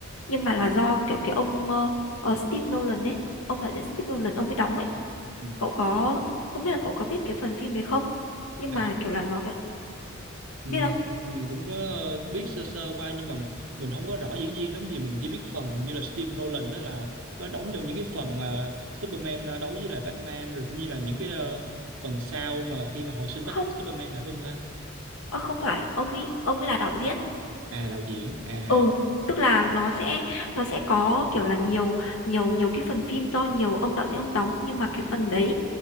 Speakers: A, on the left (about 85°); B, on the right (about 80°).
A: nhưng mà là do kiểu cái ông ờ, ờ, Steve Nolan ấy ông đạo diễn Steve Nolan ông mới đóng ấy
B: ừ.
A: cậu có không biết là cậu có biết cái phần phim đấy không nhưng
B: À,
A: mà kiểu là nó cái-
B: Ừ,
A: biết không
B: mình cũng có ờ, biết sơ sơ qua nhưng mà mình không có rõ diễn viên lắm thì mình chỉ biết phần hình như là Steve Nolan đó là có đóng trong những cái phần mà Superman ờ, đấu với lại Batman rồi cũng như là những cái ờ, phần sau mà khi mà hồi sinh Bat
A: không
B: Superman lại với ông ta
A: ờ, không phải ông ấy ông ấy là đạo diễn
B: à đạo diễn à
A: ừ tức là nó sẽ nó sẽ có kiểu là nhiều nhiều nhiều cái phần phim do nhiều ông đạo diễn ông đóng nhưng mà cái phần đấy